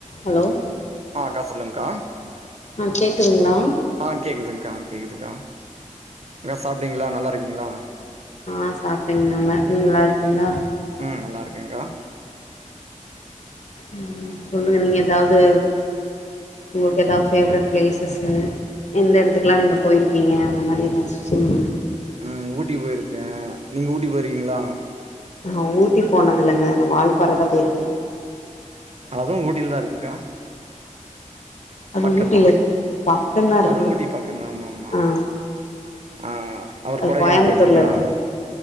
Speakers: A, on the left; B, on the right.
A: Hello
B: ஆ அக்கா சொல்லுங்க்கா
A: ஆ கேக்குதுங்ளா
B: அ கேக்குதுங்க்கா கேக்குதுக்கா என சாப்ட்டீங்ளா நல்லா இருக்கீங்ளா
A: அ சாப்ட்டேங் நல்ல நீங்க நல்லா இருக்கீங்ளா
B: ம் நல்லா இருக்கேங்க்கா
A: ம் சொல்லுங்க நீங்க ஏதாவ்து உங்ளுக்கு எதா ஃபேவரெட் ப்ளேசஸு எந்த எடத்துக்குலா நீங்க போயிருக்கீங்க அந்த மாரி எதாச்சு சொல்லுங்க
B: ம் ஊட்டி போயிருக்கே நீங்க ஊட்டி போயிருக்கீங்ளா
A: அ ஊட்டி போனது இல்லங்க நா வால்பாறதா போயிருக்கே
B: அதுவு ஊட்யிடில தா இருக்குக்கா
A: அது
B: பக்கந்தா
A: ஊட்டில இருக்கு பக்கந்தா இருக்கு
B: அதுவு ஊட்டி பக்கந்தா ஆமா ஆமா
A: ஆ
B: அ அப்றோ
A: அது
B: கொடைக்கானல்
A: கோயம்புத்தூர்ல
B: போயிருக்கீங்ளா
A: இருக்குங்க